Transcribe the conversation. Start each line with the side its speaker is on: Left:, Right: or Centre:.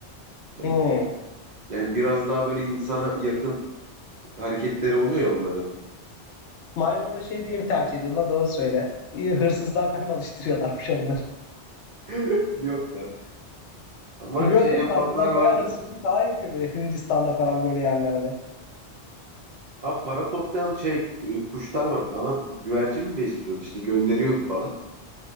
Right: yani,
Left: Hmm.
Right: yani biraz daha böyle insana yakın hareketleri oluyor ya onların.
Left: Maymuna da şey diyeyim tercih ediyorlar doğru söyle. İyi hırsızlığa falan alıştırıyorlarmış onları.
Right: <laughs> Yok lan. Ama
Left: Biliyorsun
Right: şey
Left: değil
Right: yapanlar
Left: mi? Maymunlar
Right: vardı.
Left: bayağı hırsızlık falan yapıyor böyle Hindistan'da falan böyle yerlerde.
Right: Ha para toplayan şey e, kuşlar vardı Adam güvercin mi besliyordu işte gönderiyordu falan.